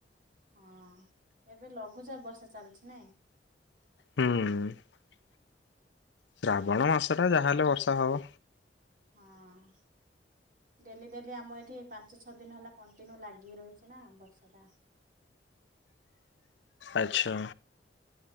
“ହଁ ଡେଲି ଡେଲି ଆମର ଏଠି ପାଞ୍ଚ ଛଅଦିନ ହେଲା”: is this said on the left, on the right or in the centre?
Right